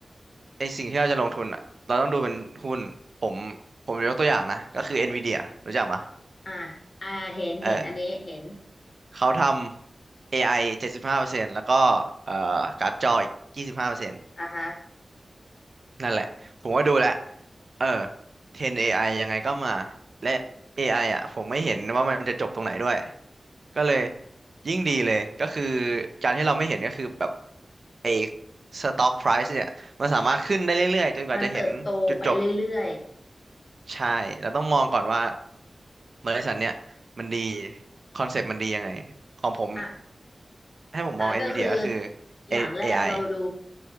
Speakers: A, on the right; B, on the left.
A: ไอสิ่งที่เราจะลงทุนอ่ะเราต้องดูเป็นหุ้นผมผมยกตัวอย่างนะก็คือ Nvidia รู้จักปะ
B: อ่ะอ่ะเห็นเห็นอันนี้เห็น
A: เออ เขาทำ AI 75%แล้วก็เอ่อการ์ดจออีกยี่สิบห้าเปอร์เซ5นต์
B: อ่ะฮะ
A: นั่นแหละผมก็ดูแล้วเออ10 AI ยังไงก็มาและ AI อไออ่ะผมไม่เห็นว่ามันจะจบตรงไหนด้วยก็เลยยิ่งดีเลยก็คือการที่เราไม่เห็นก็คือแบบไอ้ stock price เนี่ยมันสามารถขึ้นได้เรื่อยๆจนกว่าจะเห็นจุดจบ
B: มันเติบโตไปเรื่อย
A: ใช่เราต้องมองก่อนว่าบริษัทเนี่ยมันดีคอนเซ็ปต์มันดียังไงของผม
B: ๆอ่ะ
A: ให้ผมมอง
B: อ่ะก็คือ
A: NVIDIA ก็คือ
B: อย่างแรกเราดู
A: A- เอไ i